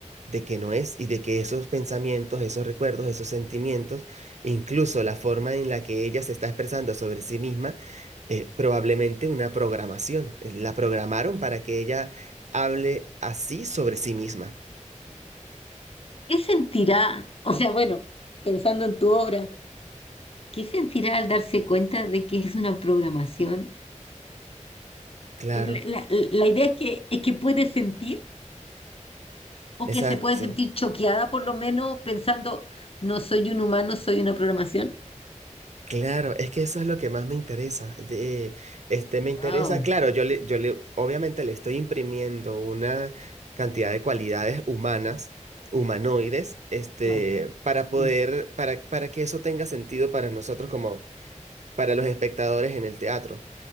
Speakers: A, on the right; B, on the left.
A: de que no es y de que esos pensamientos, esos recuerdos, esos sentimientos, incluso la forma en la que ella se está expresando sobre sí misma, eh, probablemente una programación. eh, La programaron para que ella hable así sobre sí misma.
B: ¿Qué sentirá? O sea, bueno, pensando en tu obra, ¿qué sentirá al darse cuenta de que es una programación?
A: Claro,
B: La, la- la idea es que, es que puede sentir o
A: exacto.
B: que se puede sentir choqueada por lo menos pensando, no soy un humano, soy una programación.
A: Claro, es que eso es lo que más me interesa. De, este, me interesa,
B: Wow,
A: claro, yo le, yo le, obviamente le estoy imprimiendo una cantidad de cualidades humanas, humanoides, este,
B: Claro.
A: para poder,
B: es-
A: para, para que eso tenga sentido para nosotros como para los espectadores en el teatro.